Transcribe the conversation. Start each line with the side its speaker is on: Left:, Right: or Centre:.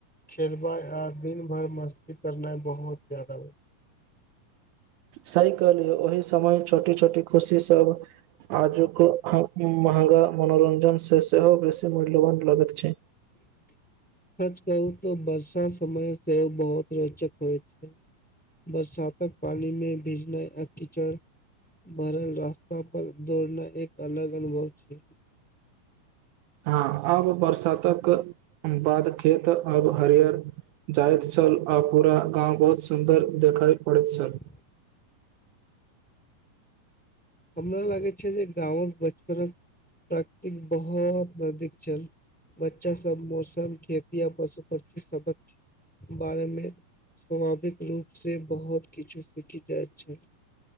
Centre: खेलबा आ दिन भर मस्ती करनाई बहुत ज्यादा <inaudible>
Right: सह कल य ओहि समय छोटी छोटी खुशी सब आजुक पूरा मनोरञ्जन से सेहो बेसी मूल्यवान लागैत छै
Centre: <inaudible> सच कहू त बर्षा समय सेहो ओ बहुत रोचक होइ छै बरसा तक पानी मे भीजनाइ आ कीचड़ भरल रास्ता पर दौड़ना एक अलग अनुभव छै
Right: हाँ आब बरसातक बाद खेत तऽ अब हरियर जाइत छल आ पूरा गाँव बहुत सुंदर देखा पड़ैत छल
Centre: <inaudible> हमरा लागे छै जे गाँमक बचपनमे प्राकृतिक बहुत अधिक छल बच्चा सब मौसम खेती य पशु पक्षी सबक बारेमे स्वभाविक रूप से बहुत किछु सीखी जाइत छै <inaudible>